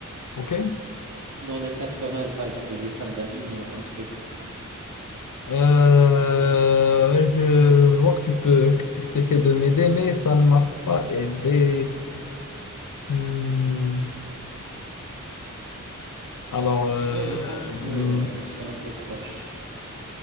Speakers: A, on the left; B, on the right.
A: ok.
B: Dans des personnages, par exemple, de dessins animés ou un truc.
A: Euh, je vois que tu peux, que tu essaies de m'aider, mais ça ne m'a pas aidé. Hmm. Alors, euh,
B: Ouais, je pense que euh,
A: hmm,
B: c'est un peu proche.